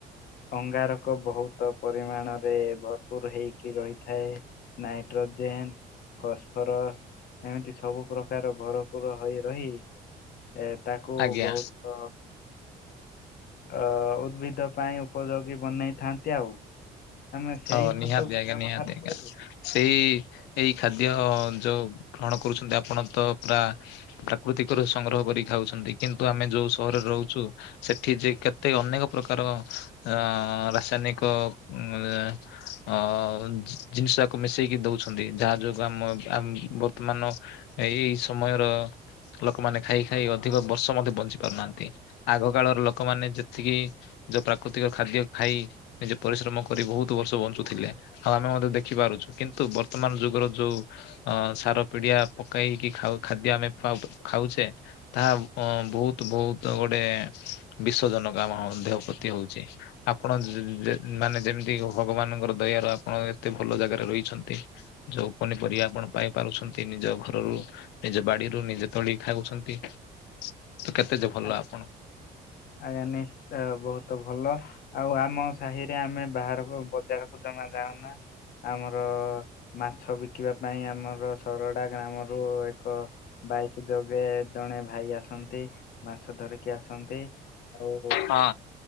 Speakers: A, on the left; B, on the left.
A: ଅଙ୍ଗାରକ ବହୁତ ପରିମାଣରେ ଭରପୁର ହେଇ କି ରହିଥାଏ ନାଇଟ୍ରୋଜେନ ଫସ୍ଫରସ ଏମିତି ସବୁ ପ୍ରକାର ଭରପୁର ହଇ ରହି ଏ ତାକୁ
B: ଆଜ୍ଞା
A: ବହୁତ ଅ ଉଦ୍ଭିଦପାଇଁ ଉପଯୋଗୀ ବନେଇଥାନ୍ତି ଆଉ। ଆମେ ସେଇ
B: ହଉ ନିହାତି
A: ଖତକୁ
B: ଆଜ୍ଞା
A: ବ୍ୟବହାର
B: ନିହାତି ଆଜ୍ଞା
A: କରି
B: ସେଇ ଏଇ ଖାଦ୍ୟ ଯଉ ଗ୍ରହଣ କରୁଛନ୍ତି ଆପଣତ ପୁରା ପ୍ରାକୃତିକରୁ ସଂଗ୍ରହ କରି ଖାଉଛନ୍ତି କିନ୍ତୁ ଆମେ ଯୋଉ ସହରରେ ରହୁଛୁ ସେଠି ଯେ କେତେ ଅନେକ ପ୍ରକାର ଆ ରାସାୟନିକ ଅ ଜିନିଷଟାକୁ ମିଶେଇକି ଦଉଛନ୍ତି ଯାହା ଯୋଗୁ ଆମ ଅମ ବର୍ତ୍ତମାନ ଏହି ସମୟର ଲୋକମାନେ ଖାଇ ଖାଇ ଅଧିକ ବର୍ଷ ମଧ୍ୟ ବଞ୍ଚି ପାରୁନାହାନ୍ତି ଆଗକାଳର ଲୋକମାନେ ଯେତିକି ଯୋଉ ପ୍ରାକୃତିକ ଖାଦ୍ୟ ଖାଇ ନିଜେ ପରିଶ୍ରମ କରି ବହୁତ ତୁ ବର୍ଷ ବଞ୍ଚୁଥିଲେ ଆମେ ମଧ୍ୟ ଦେଖିପାରୁଛୁ କିନ୍ତୁ ବର୍ତ୍ତମାନ ଯୁଗର ଯଉ ଅ ସାର ପିଡିଆ ପକାଇକି ଖାଉ ଖାଦ୍ୟ ଆମେ ଖାଉଛେ ତାହା ବହୁତ ବହୁତ ଗୋଟେ ବିଷଜନକ ଆମ ଦେହପ୍ରତି ହଉଛି ଆପଣ ଯେ ମାନେ ଯେମିତି ଏଇଯଉଁ ଭଗବାନଙ୍କର ଦୟାରୁ ଆପଣ ଏତେ ଭଲ ଜାଗାରେ ରହିଛନ୍ତି। ଯଉ ପନିପରିବା ଆପଣ ପାଇ ପାରୁଛନ୍ତି ନିଜ ଘରରୁ ନିଜ ବାଡିରୁ ନିଜେ ତୋଳି ଖାଉଛନ୍ତି, ତ କେତେ ଯେ ଭଲ
A: କରି
B: ଆପଣ?
A: ଆଜ୍ଞା ନିଶ୍ଚୟ ବହୁତ ଭଲ। ଆଉ ଆମ ସାହିରେ ଆମେ ବାହାରକୁ ବଜାରକୁ ଜମା ଯାଉନା। ଆମର ମାଛ ବିକିବା ପାଇଁ, ଆମର ସରଡ଼ା ଗ୍ରାମରୁ ଏକ ବାଇକ୍ ଯୋଗେ ଜଣେ ଭାଇ ଆସନ୍ତି। ମାଛ ଧରିକି ଆସନ୍ତି, ଆଉ
B: ହଁ